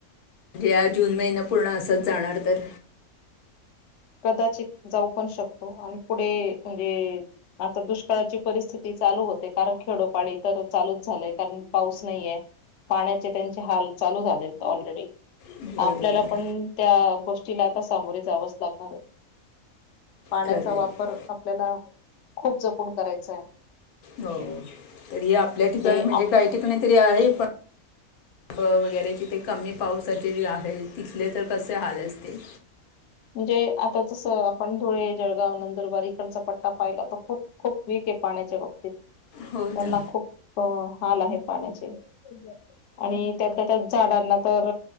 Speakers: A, on the left; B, on the left.
A: जे हा जून महिना पूर्ण असत जाणार तर.
B: कदाचित जाऊ पण शकतो आणि पुढे म्हणजे आता दुष्काळाची परिस्थिती चालू होते. कारण खेडोपाडी तर चालूच झालेय. कारण पाऊस नाहीये. पाण्याचे त्यांचे हाल चालू झाले ऑलरेडी.
A: बरोबर
B: आपल्याला पण त्या गोष्टीला आता सामोरे जावंच लाग अरे पाण्याचा
A: खरं आहे
B: वापर आपल्याला खूप जपून करायचं आहे.
A: हो. तरी आपल्या ठिकाणी
B: जे
A: म्हणजे
B: आप
A: काही ठिकाणी तरी आहे, पण ब वगैरे तीथे कमी पावसाचे आहे, तिथले तर कसे हाल असतील.
B: म्हणजे आता जसं आपण धुळे, जळगाव, नंदुरबार इकडचा पट्टा पाहिला तर खूप खूप वी क आहे पाण्याच्या बाबतीत.
A: हो
B: त्यांना
A: ना
B: खूप हाल आहे पाण्याचे आणि त्या त्या झाडांना तर